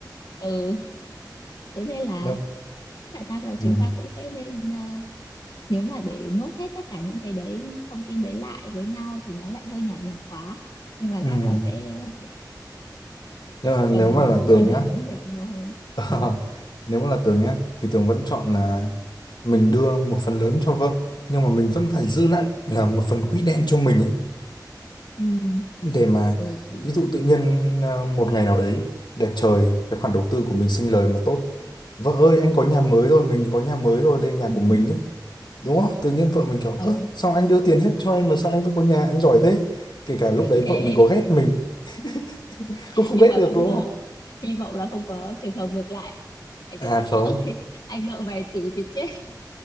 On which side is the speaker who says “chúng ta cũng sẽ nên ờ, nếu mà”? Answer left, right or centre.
Left